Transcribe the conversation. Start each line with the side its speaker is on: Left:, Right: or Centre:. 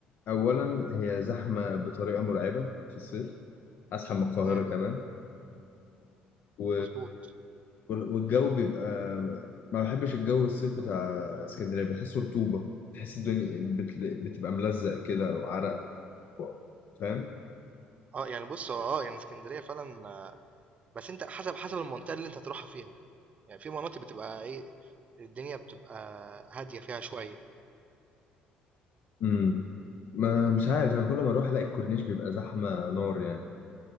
Left: اولا هي زحمه بطريقه مرعبه في الصيف ازحم من القاهره
Right: إمم،
Left: كمان و...
Right: مضبوط.
Left: وال- والجو بيبقى ما بحبش الجو الصيف بتاع اسكندرية بحسه رطوبة تحس الدنيا بت... بتبقى ملزق كده وعرق و... فاهم
Right: آه، يعني بُص هو آه، يعني إسكندرية فعلًا آه، بس أنت حسب حسب المنطقة اللي أنت هتروحها فيها، يعني في مناطق بتبقى إيه، الدنيا بتبقى هادية فيها شوية.
Left: امم ما مش عارف انا كل ما اروح الاقي الكورنيش بيبقى زحمة نار يعني